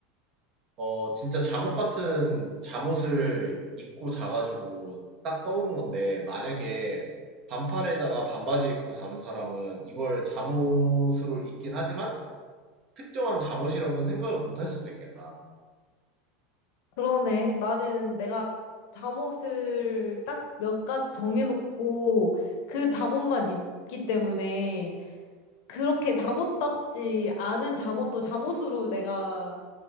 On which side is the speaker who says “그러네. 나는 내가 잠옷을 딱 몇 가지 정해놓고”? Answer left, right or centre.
Left